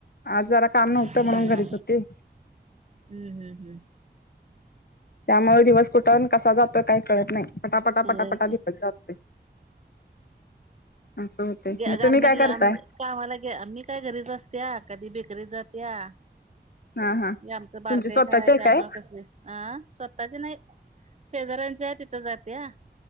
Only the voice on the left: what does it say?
आज जरा काम नव्हतं.
म्हणून घरीच होते.
त्यामुळे दिवस कुठन कसा जातोय. काही कळत नाही. पटापटा पटापटा
दिवस जातोय. असं होतय
मग
तुम्ही काय करताय
हा हा
तुमची
स्वतःची
आहे
काय